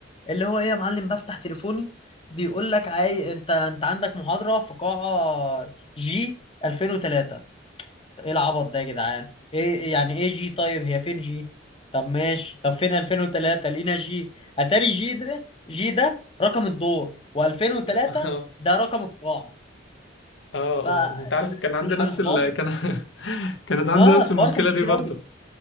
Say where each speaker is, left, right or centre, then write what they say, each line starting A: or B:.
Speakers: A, on the left (about 30°); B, on the left (about 70°).
A: اللي هو ايه يا معلم بفتح تليفوني بيقول لك عاي... انت انت عندك محاضره في قاعه جي 2003 ايه العبط ده يا جدعان ايه إيه يعني ايه جي طيب هي فين جي طب ماشي طب فين 2003 لقينا جي اتاري جي ده جي ده رقم الدور و2003
B: اه
A: ده رقم القاعة
B: اه
A: فالحوار
B: اه انت عارف كان عندي نفس ال... كان <laughs> كانت عندي
A: اه
B: نفس
A: الحوار
B: المشكلة
A: كان كبير
B: دي برضو
A: قوي